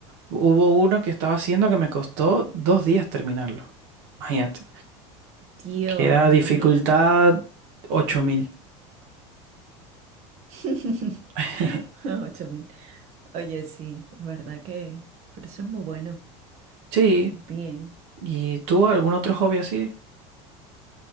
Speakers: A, on the right (about 70°); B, on the right (about 45°).
A: Hubo uno que estaba haciendo que me costó dos días terminarlo. Imagínate.
B: Dios,
A: que era dificultad
B: imagínate.
A: ocho mil
B: <laughs>
A: <laughs>
B: Ocho mil. Oye, sí, es verdad que, pero eso es muy bueno.
A: Sí,
B: Bien.
A: ¿y tú algún otro hobby así?